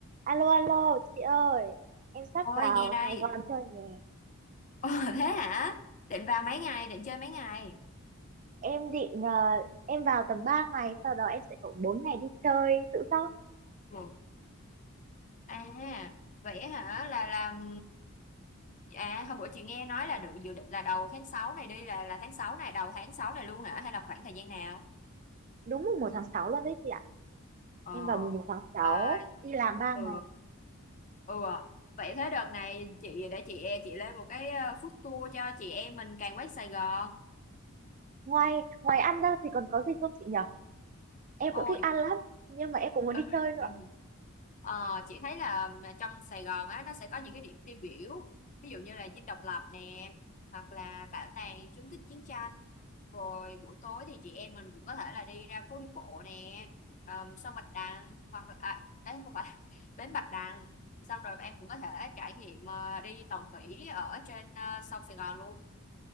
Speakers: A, on the right (about 35°); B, on the left (about 35°).
A: Alo alo chị ơi em sắp
B: Ôi
A: vào
B: nghe đây.
A: Sài Gòn chơi nè
B: Ồ thế hả? Định vào mấy ngày, định chơi mấy ngày?
A: em định ờ, em vào tầm ba ngày sau đó em sẽ có 4 ngày đi chơi tự do
B: Một. À vậy hả? Là làm à hôm bữa chị nghe nói là được dự định là đầu tháng 6 này đi là là tháng 6 này, đầu tháng 6 này luôn hả hay là khoảng thời gian nào?
A: đúng mùng một tháng sáu luôn đấy chị ạ
B: Ờ.
A: em vào mùng một tháng sáu
B: Ờ
A: đi làm ba
B: ừ.
A: ngày
B: Ừ. Vậy thế đợt này chị để chị chị lên một cái ờ, food tour cho chị em mình càng quét Sài Gòn.
A: ngoài ngoài ăn ra thì còn có gì không chị nhở em
B: Ôi
A: cũng thích ăn lắm nhưng mà em cũng muốn
B: Ờ,
A: đi chơi nữa
B: <laughs> Ờ, chị thấy là trong Sài Gòn á nó sẽ có những cái điểm tiêu biểu ví dụ như là Dinh Độc Lập nè hoặc là Bảo tàng chứng tích chiến tranh rồi buổi tối thì chị em mình cũng có thể là đi ra phố đi bộ nè um, sông Bạch Đằng hoặc là à, đấy không phải <laughs> bến Bạch Đằng xong rồi em cũng có thể trải nghiệm ờ, đi tàu thủy ở trên ờ, sông Sài Gòn luôn